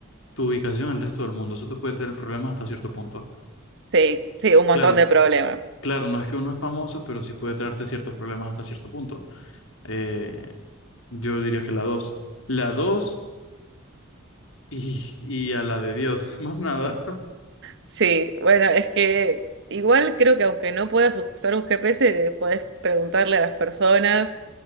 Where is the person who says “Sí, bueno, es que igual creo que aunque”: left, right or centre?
Right